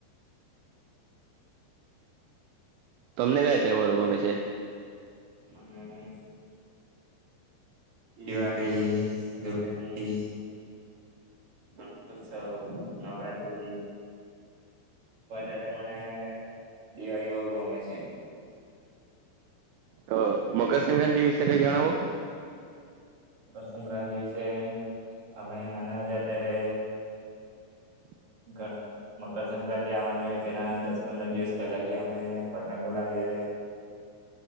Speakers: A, on the right; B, on the right.
A: તમને ક્યાયા તવારો ગમે છે.
B: મ. દિવાળી ધુળડી. ગણેશ ઉત્સવ, નવરાત્રી, વધારે મને દિવાળી બઉ ગમે છે.
A: તો મકરસક્રાંતિ વિશે કઈ જણાવો,
B: મકરસક્રાંતિ વિશે અમે નાના તા અત્યારે,
A: હ,
B: ઘા, મકરસક્રાંતિ આવવાની હોય તેના દસ પંદર દિવસ પહેલાથી અમે પતંગો લાવીએ.
A: હ,